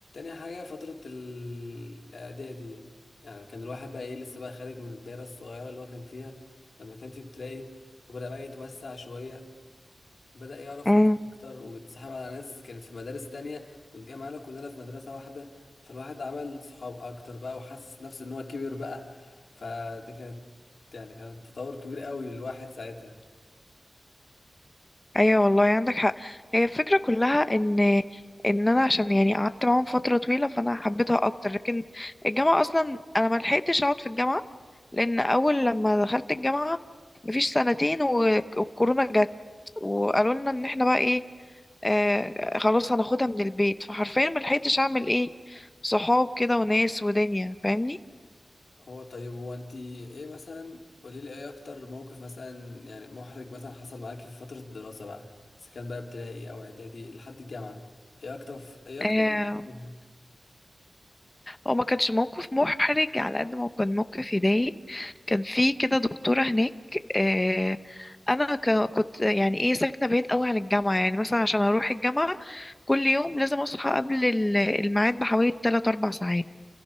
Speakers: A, on the left; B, on the left.
A: حاجة فترة ال- الاعدادي يعني كان الواحد بقى ايه لسه بقى خارج من الدايرة الصغيرة اللي هو كان فيها لما كان في ابتدائي وبدأ بقى يتوسع شوية بدأ يعرف
B: امم
A: ناس أكتر واتسحب على ناس كانت في مدارس تانية واتجمعنا كلنا في مدرسة واحدة فالواحد عمل صحاب أكتر بقى وحاسس نفسه إن هو كبر بقى فدي كانت يعني كانت تطور كبير قوي للواحد ساعتها
B: ايوه والله عندك حق هي الفكره كلها ان ان انا عشان يعني قعدت معاهم فتره طويله فانا حبيتها اكتر لكن الجامعه اصلا انا ما لحقتش اقعد في الجامعه لان اول لما دخلت الجامعه مفيش سنتين و- والكورونا جت وقالوا لنا ان احنا بقى ايه آه خلاص هناخدها من البيت فحرفيا ما لحقتش اعمل ايه صحاب كده وناس ودنيا فاهمني
A: هو طيب هو أنتي إيه مثلا قوليلي إيه أكتر موقف مثلا يعني محرج مثلا حصل معاكي في فترة الدراسة بقى إذا كان بقى ابتدائي أو إعدادي لحد الجامعة إيه أكتر إيه
B: آه
A: أكتر موقف محرج؟
B: هو ما كانش موقف محرج على قد ما هو كان موقف يضايق كان في كده دكتورة هناك آه، انا ك- كنت يعني ايه ساكنه بعيد قوي عن الجامعه يعني مثلا عشان اروح الجامعه كل يوم لازم اصحى قبل ال- الميعاد بحوالي 3 4 ساعات